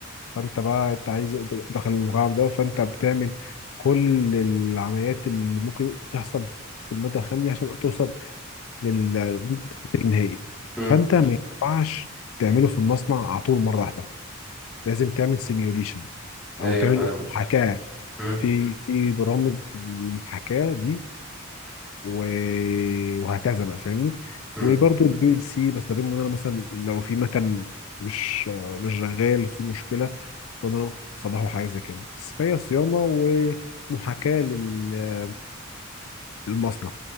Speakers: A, on the left (about 75°); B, in the centre.
A: فانت بقى انت عايز داخل المكعب ده فانت بتعمل كل العمليات اللي ممكن تحصل في الماده الخام دي عشان توصل للمنتج النهائي
B: امم
A: فانت ما مم. ينفعش تعمله في المصنع على طول مره واحده لازم تعمل سيميوليشن او
B: ايوه
A: تعمل
B: فاهمك
A: محاكاه
B: امم
A: في في برامج المحاكاة دي و- وهكذا بقى فاهمني
B: امم
A: وبرضو البي ال سي بستخدمه ان انا مثلا لو في مكان مش مش شغال في مشكلة فانا بصلحه حاجة زي كده بس فهي صيانة ومحاكاة لل- للمصنع